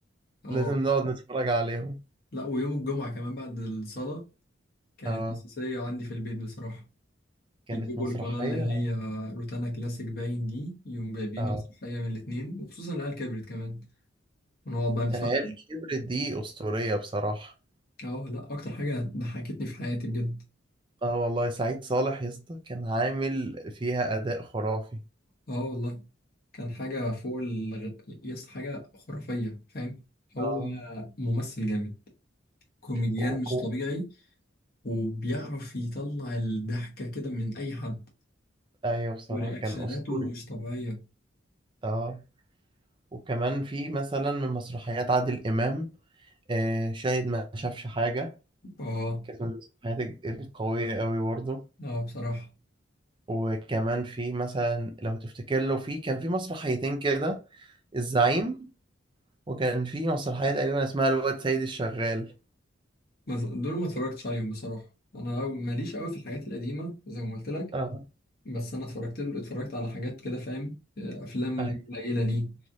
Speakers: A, on the left; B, on the right.
A: اه
B: لازم نقعد نتفرج عليهم
A: لا ويوم الجمعة كمان بعد الصلاة كانت
B: اه
A: أساسية عندي في البيت بصراحة
B: كانت
A: يجيبوا
B: مسرحيه
A: القناة اللي هي روتانا كلاسيك باين دي يوم جايبين
B: اه
A: مسرحية من الاتنين وخصوصا العيال كبرت كمان ونقعد بقى نتفرج
B: العيال كبرت دي أسطورية بصراحة
A: اه لا أكتر حاجة ضحكتني في حياتي بجد
B: اه والله سعيد صالح يا اسطى كان عامل فيها أداء خرافي
A: اه والله كان حاجة فوق الغ... يس حاجة خرافية فاهم هو
B: اه
A: ممثل جامد كوميديان
B: وكو
A: مش طبيعي وبيعرف يطلع الضحكة كده من أي حد
B: أيوة بصراحة
A: ورياكشناته
B: كان أسطوري
A: مش طبيعية
B: اه وكمان في مثلا من مسرحيات عادل إمام آه شاهد ما شافش حاجة
A: اه
B: كانت من المسرحيات القوية أوي برضه
A: اه بصراحة
B: وكمان في مثلا لو تفتكر له في كان في مسرحيتين كده الزعيم وكان في مسرحية تقريبا اسمها الواد سيد الشغال
A: بس دول ما اتفرجتش عليهم بصراحة انا ماليش قوي في الحاجات القديمة زي ما قلت لك
B: اه
A: بس انا اتفرجت له اتفرجت على حاجات كده فاهم آه، افلام
B: أي-
A: قليلة ليه